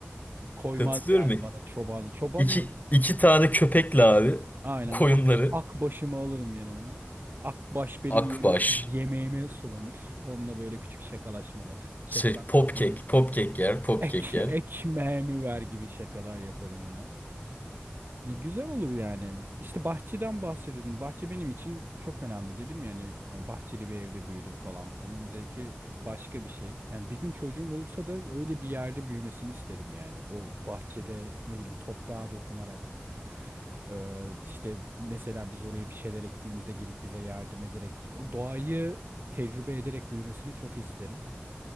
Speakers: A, on the right (about 55°); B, on the left (about 40°).
A: Koymaz
B: hatırlıyorum
A: yani
B: ya.
A: bana çobanı. Çobanlık
B: İki, iki tane köpekle abi
A: aynen
B: koyunları
A: ak, ak başımı alırım yanıma. Akbaş benim
B: akbaş
A: yeme yemeğime sulanır. Onunla böyle küçük şakalaşmalar. Çek
B: şey
A: bak
B: popkek
A: kafanı.
B: popkek yer popkek
A: Ek
B: yer.
A: ekmeğimi ver gibi şakalar yaparım ona. Ne Güzel olur yani. İşte bahçeden bahsediyordum. Bahçe benim için çok önemli dedim yani bahçeli bir evde büyüdüm falan. Onun zevki başka bir şey. Yani bir gün çocuğum olursa da öyle bir yerde büyümesini isterim yani. O bahçede ne bileyim toprağa dokunarak e, işte mesela biz oraya bir şeyler ektiğimizde gelip bize yardım ederek o doğayı tecrübe ederek büyümesini çok isterim.